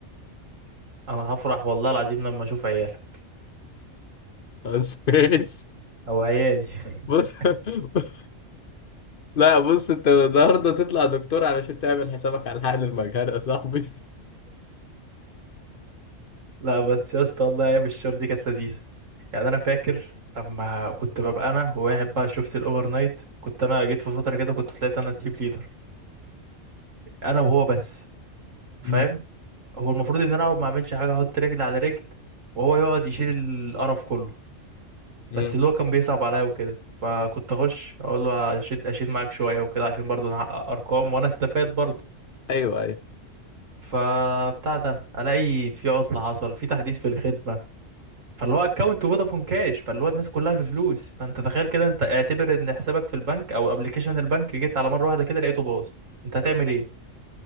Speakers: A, on the right; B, on the left.
A: انا هفرح والله العظيم لما اشوف عيالك
B: أسبوع.
A: او عيالي <laughs>
B: بص <laughs> لا بص أنت النهاردة تطلع دكتور علشان تعمل حسابك على حقن المجهر يا صاحبي
A: لا بس يا اسطى والله ايام الشغل دي كانت لذيذه يعني انا فاكر لما كنت ببقى انا وواحد بقى شفت الاوفر نايت كنت انا جيت في فتره كده كنت طلعت انا تيم ليدر انا وهو بس
B: مم.
A: فاهم هو المفروض ان انا اقعد ما اعملش حاجه احط رجل على رجل وهو يقعد يشيل القرف كله
B: مم.
A: بس اللي هو كان بيصعب عليا وكده فكنت اخش اقول له اشيل اشيل معاك شويه وكده عشان برضه نحقق ارقام وانا استفاد برضه
B: أيوه أيوه
A: فبتاع ده الاقي في عطله حصل في تحديث في الخدمه فاللي هو اكونت فودافون كاش فاللي هو الناس كلها في فلوس فانت تخيل كده انت اعتبر ان حسابك في البنك او ابلكيشن البنك جيت على مره واحده كده لقيته باظ انت هتعمل ايه